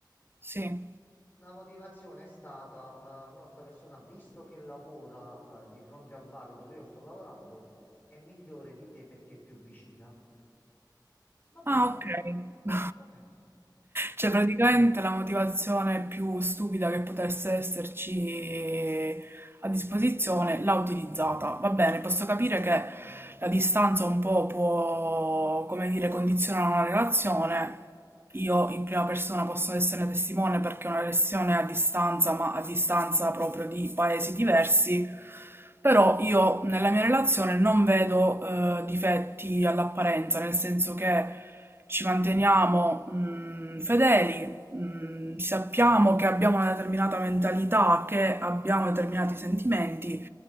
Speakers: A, on the right; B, on the left.
A: Sì.
B: La motivazione è stata, eh, no, sta persona, visto che lavora, eh, di fronte al bar dove io sto lavorando, è migliore di te perché è più vicina. Va
A: Ah,
B: bene,
A: ok. <laughs>
B: va bene, va bene.
A: Cioè, praticamente la motivazione più stupida che potesse esserci a disposizione l'ha utilizzata. Va bene, posso capire che la distanza un po' può, come dire, condizionare una relazione, io in prima persona posso essere testimone perché è una lezione a distanza, ma a distanza proprio di paesi diversi, però io nella mia relazione non vedo eh, difetti all'apparenza, nel senso che ci manteniamo mh, fedeli, mh, sappiamo che abbiamo una determinata mentalità, che abbiamo determinati sentimenti